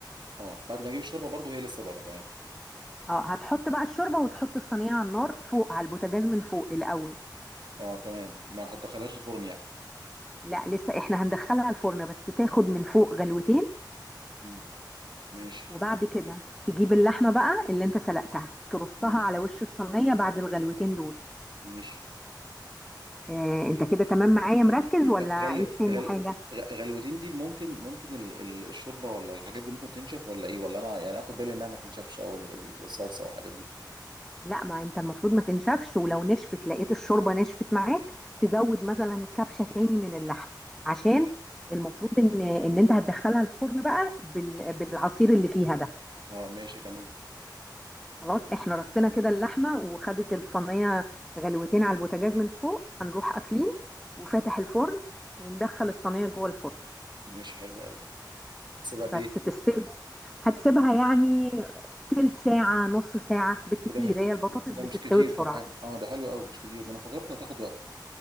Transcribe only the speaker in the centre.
اه هتحط بقى الشوربة وتحط الصينية على النار فوق على البوتاجاز من فوق الأول
لا لسه احنا هندخلها الفرن بس تاخد من فوق غلوتين
وبعد كده تجيب اللحمة بقى اللي انت سلقتها ترصها
على وش الصينية بعد الغلوتين دول
آه، انت كده تمام معايا مركز ولا
عيد
تاني
حاجة
لا ما انت المفروض ما تنشفش ولو نشفت لقيت الشوربة نشفت معاك تزود مثلا كبشة تاني من اللحمة عشان المفروض ان ان انت هتدخلها الفرن بقى بال- بالعصير اللي فيها ده
خلاص احنا رصينا كده اللحمة وخدت الصينية غلوتين على البوتاجاز من فوق هنروح قافلين وفاتح الفرن ومدخل الصينية جوه الفرن
بس
تستوي هتسيبها يعني تلت ساعة نص ساعة بالكتير
هي البطاطس
بتستوي
بسرعة